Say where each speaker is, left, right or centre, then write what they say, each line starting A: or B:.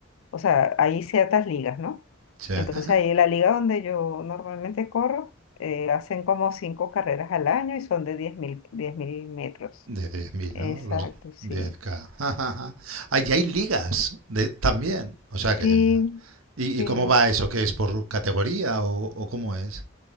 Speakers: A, on the left; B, on the right.
A: o sea, hay ciertas ligas, ¿no?
B: Sí.
A: Entonces
B: <laughs>
A: ahí la liga donde yo normalmente corro, eh, hacen como cinco carreras al año y son de diez mil diez mil metros.
B: De 10.000,
A: Exacto,
B: ¿no? Los
A: sí.
B: diez k <laughs> Allí hay ligas de- también. O sea
A: Sí,
B: que... ¿Y,
A: sí.
B: y cómo va eso? ¿Qué es por categoría o, o cómo es?